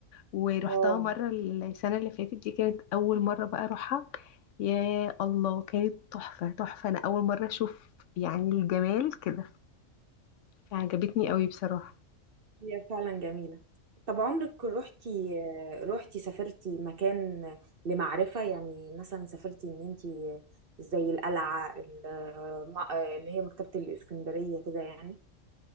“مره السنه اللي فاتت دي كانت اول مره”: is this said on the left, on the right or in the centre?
Left